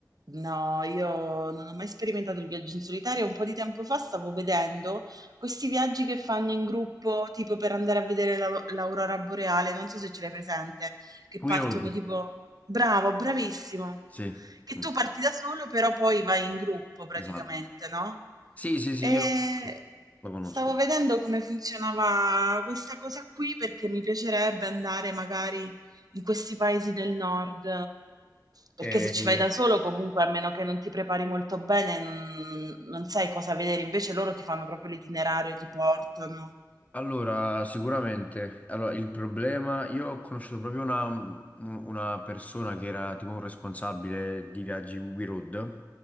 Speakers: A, on the right (about 60°); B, on the left (about 20°).
A: No, io non ho mai sperimentato il viaggio in solitario. Un po' di tempo fa stavo vedendo questi viaggi che fanno in gruppo, tipo per andare a vedere la- l'aurora boreale, non so se ce l'hai presente, che
B: We
A: partono
B: Road,
A: tipo... Bravo, bravissimo.
B: sì,
A: Che
B: Mm,
A: tu parti da solo, però poi vai in gruppo praticamente,
B: esatto.
A: no?
B: Sì, sì, sì,
A: E
B: io lo conosco.
A: stavo vedendo come funzionava questa cosa qui perché mi piacerebbe andare magari in questi paesi del nord. Perché
B: E,
A: se ci vai da solo, comunque, a meno che non ti prepari molto bene, non, non sai cosa vedere. Invece loro ti fanno proprio l'itinerario, ti portano.
B: allora, sicuramente, allora, il problema, io ho conosciuto proprio una, una persona che era tipo un responsabile di viaggi We Road